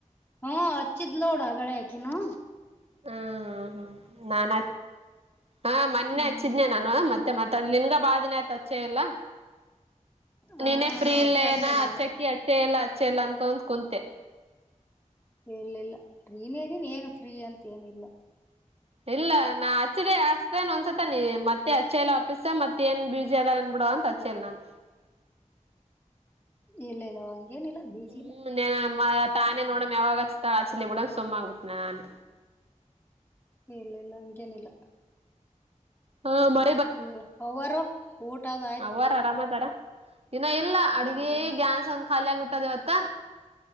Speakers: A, on the left; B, on the right.
A: ಹ್ಮ್ ಹಚ್ಚಿದ್ ನೋಡ್ ಆಗಲೇ ಆಕಿನೂ
B: ಹ್ಮ್ ಹ್ಮ್ ಹ್ಮ್ ನಾನ್ ಹ ಮೊನ್ನೆ
A: ಹ್ಮ್
B: ಹಚ್ಚಿದನೆ ನಾನು ಮತ್ತ್ ಮತ್ತೆ ಮತ್ತ ಅ ನಿನ್ಗ ಬಾದಿನ ಆಯತ್ ಹಚ್ಚೆ ಇಲ್ಲ
A: ಹ
B: ನೀನೇ ಫ್ರೀ
A: ಅದೇ
B: ಇಲ್ಲ
A: ಅಂದೆ
B: ಏನೋ
A: ನಾನು
B: ಅಚ್ಚಕ್ಕಿ ಅಚ್ಚೆ ಇಲ್ಲ ಅಚ್ಚೆ ಇಲ್ಲ ಅನ್ಕಂದ್ ಕುಂತೆ.
A: ಇಲ್ಲ ಇಲ್ಲ ಫ್ರೀ ನೇ ಇದ್ದೀನಿ ಏನ್ ಫ್ರೀ ಅಂತ ಏನಿಲ್ಲ.
B: ಇಲ್ಲ ನಾ ಹಚ್ಚದೆೇ ಆಡ್ಸ್ದೇನ್ ಒಂದ್ಸತ್ತ ನೀ ಮತ್ತೆ ಅಚ್ಚ ಎಲ್ಲಾ ಅಪೀಸ್ಸ ಮತ್ತೇ ಏನ್ ಬೀಜಿ ಅದ ಅನ್ ಬಿಡೋ ಅಂತ್ ಚೆಲ್ಲ್ ನಾನ್
A: ಇಲ್ಲ ಇಲ್ಲ ಹಂಗೇನಿಲ್ಲ. ಬೀಜಿ
B: ಹ್ಮ್
A: ಇಲ್ಲ
B: ನ ತಾನೇ ನೋಡ ಯಾವಾಗ ಆಚಲಿ ಬೂಡು ಸುಮ್ಮ ಆಗ್ಬಿಟ್ಟ ನಾನು
A: ಇಲ್ಲ ಇಲ್ಲ ಹಂಗೇನಿಲ್ಲ.
B: ಹಾ ಮ
A: ಹ ಅವ್ವರು ಊಟದ
B: ಅವ್ವರ ಆರಾಮ ಅದಾರ ಇನ್ನ ಇಲ್ಲ ಅಡ್ಗೆ
A: ಹ್ಮ್
B: ಗ್ಯಾಸ್ ಒಂದ ಖಾಲಿ ಆಗಬಿಟ್ಟದ ಇವತ್ ತ್ತ್